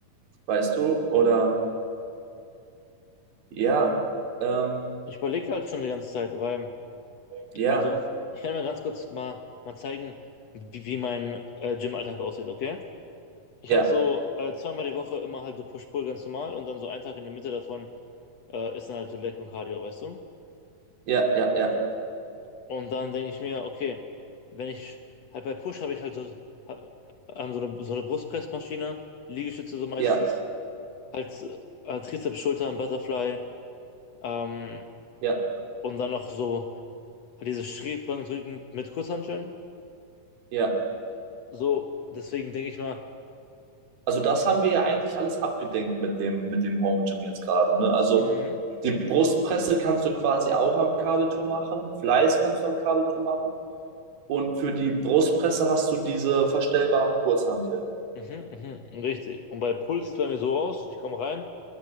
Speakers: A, on the right (about 90°); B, on the left (about 60°).
A: weißt du, oder Ja, ähm,
B: Ich überlege halt schon die ganze Zeit, weil,
A: ja,
B: also, ich kann mir ganz kurz mal, mal zeigen, wie, wie mein äh, Gym-Alltag aussieht, okay? Ich
A: ja,
B: habe so äh, zweimal die Woche immer halt so Push-Pull ganz normal und dann so einen Tag in der Mitte davon äh, ist dann halt so Leg und Cardio, weißt du?
A: ja, ja,
B: Mhm.
A: ja,
B: Und dann denke ich mir, okay, wenn ich halt bei Push habe ich halt so, ha- ähm, so eine, so eine Brustpressmaschine, Liegestütze so meistens,
A: ja,
B: halt äh, Trizeps, Schultern, Butterfly ähm,
A: ja,
B: und dann noch so halt diese Schrägbankdrücken mit Kurzhanteln.
A: ja.
B: So, deswegen denke ich mal,
A: Also das haben wir ja eigentlich alles abgedenkt mit dem, mit dem Home Gym jetzt gerade, ne? Also
B: mhm,
A: die Brustpresse kannst du quasi auch am Kabelturm machen, Fleiß kannst du am Kabelturm machen und für die Brustpresse hast du diese verstellbaren Kurzhanteln.
B: mhm, mhm, richtig. Und bei Pull sieht es bei mir so aus, ich komme rein.